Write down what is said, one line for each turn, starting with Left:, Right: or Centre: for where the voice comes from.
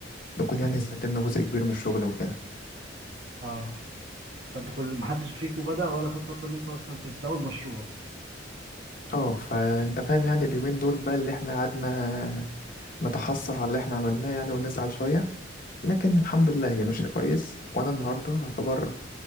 Left: نكون يعني سلمنا جزء كبير من الشغل وكده
Right: اه فانتوا كل ما حدش فيكم بدأ ولا خد خطوة ان انتوا اصلا تبدأوا المشروع
Left: اه فانت فاهم يعني اليومين دول بقى اللي احنا قعدنا نتحسر على اللي احنا عملناه يعني ونزعل شوية لكن الحمد لله هي ماشية كويس وانا النهاردة يعتبر